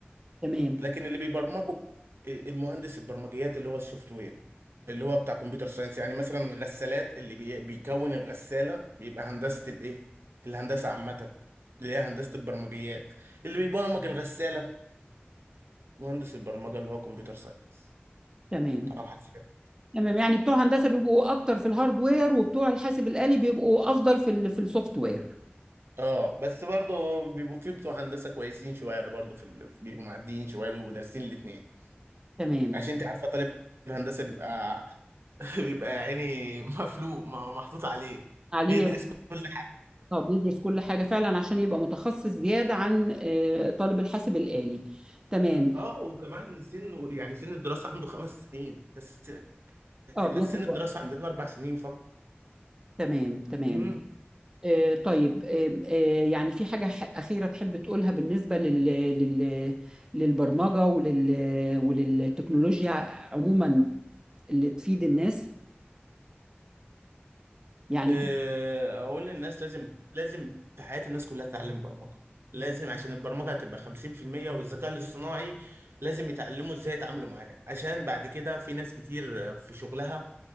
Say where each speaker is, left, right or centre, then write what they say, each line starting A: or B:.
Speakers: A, on the right (about 20°); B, on the right (about 80°).
A: تمام
B: لكن اللي بيبرمجوا المهندس البرمجيات اللي هو السوفت وير اللي هو بتاع كمبيوتر ساينس يعني مثلا الغسالات اللي بي- بيكون الغسالة بيبقى هندسة الايه الهندسة عامة اللي هي هندسة البرمجيات اللي بيبرمج الغسالة مهندس البرمجة اللي هو كمبيوتر ساينس
A: تمام
B: اه حسابات
A: تمام يعني بتوع هندسة بيبقوا أكتر في الهاردوير وبتوع الحاسب الآلي بيبقوا أفضل في ال- في السوفت وير
B: اه بس برضه بيبقوا في بتوع هندسة كويسين شوية برضه في ال... بيبقوا معديين شوية بيبقوا دارسين الاتنين
A: تمام
B: عشان انت عارفة طالب هندسة بيبقى <laughs> بيبقى يعني مفلوق ما- محطوط عليه
A: عليه
B: بيدرس كل
A: اه بيدرس كل حاجة فعلا عشان يبقى متخصص زيادة عن آه، طالب الحاسب الآلي تمام
B: اه وكمان سن يعني سن الدراسة عنده خمس سنين بس
A: اه
B: احنا
A: بياخد
B: سن الدراسة
A: وقت
B: عندنا اربع سنين فقط
A: تمام تمام
B: امم
A: آه، طيب آم، آه، يعني في حاجة ح- أخيرة تحب تقولها بالنسبة لل... لل... للبرمجة ولل... وللتكنولوجيا عموما اللي تفيد الناس يعني
B: آه، اقول للناس لازم لازم في حياة الناس كلها تتعلم برمجة لازم عشان البرمجة هتبقى 50% والذكاء الاصطناعي لازم يتعلموا ازاي يتعاملوا معاه عشان بعد كده في ناس كتير آه، في شغلها